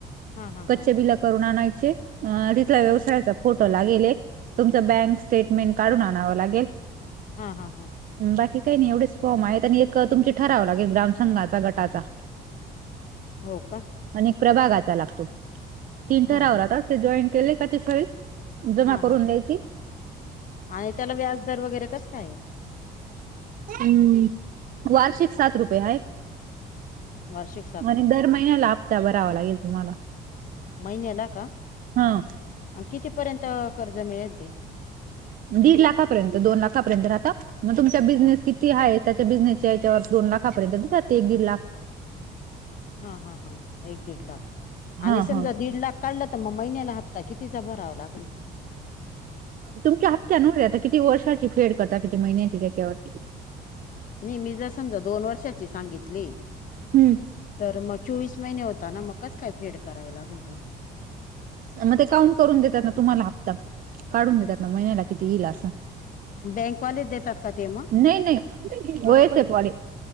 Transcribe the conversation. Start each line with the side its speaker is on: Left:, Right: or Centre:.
Left: हा हा
Right: कच्च्ये
Left: हा
Right: बिला करून आणायचे अ तिथला
Left: हा
Right: व्यवसायाचा फोटो लागेल एक तुमचं बँक स्टेटमेंट काढून आणावं लागेल.
Left: हा हा हा
Right: हमं बाकी काही नाही एवढेच फॉर्म आहेत आणि क तुमची ठरावं लागेल ग्राम संंघाचा गटाचा.
Left: हो का
Right: आणि प्रभागाचा लागतो तीन
Left: हा
Right: ठराव
Left: हा
Right: राहातच ते जॉईन केले का तथळी. जमा
Left: हा
Right: करून
Left: हा
Right: द्यायची.
Left: आणि त्याला व्याजदर वगैरे कसं काय हाय.
Right: हम्म वार्षिक सात रुपये हाय.
Left: वार्षिक सात
Right: आणि
Left: रुपये
Right: दर महिन्याला हपता भरावा लागेल तुम्हाला.
Left: महिन्याला का,
Right: हा
Left: आणि कितीपर्यंत कर्ज मिळेल ते?
Right: दीड लाखापर्यंत, दोन लाखापर्यंत राहतं मग तुमचा बिझनेस
Left: हा
Right: किती ती हाय त्याच्या बिझनेसच्या हेच्यावर दोन लाखापर्यंत जाते, एक दीड लाख.
Left: हा, हा, हा. एक दीड लाख
Right: हा
Left: आणि समजा
Right: हा
Left: दीड लाख काढलं तर मग महिन्याला हप्ता कितीचा भरावा लागल?
Right: तुमच्या हप्त्यानंवर आहे आता किती वर्षाची फेड करता, किती महिन्याची त्याच्यावरती.
Left: नाही मी जर समजा दोन वर्षाची सांगितली
Right: हम्म
Left: तर मग चोवीस महिने होता ना, मग कसं- काय फेड करावी लागल ते?
Right: मग ते काउंट करून देतात ना, तुम्हांला हप्ता काढून देतात ना, महिन्याला किती येईल असं.
Left: बँकवाले देतात का ते मग
Right: नाही नाही
Left: हं?
Right: ओएसएफ वाले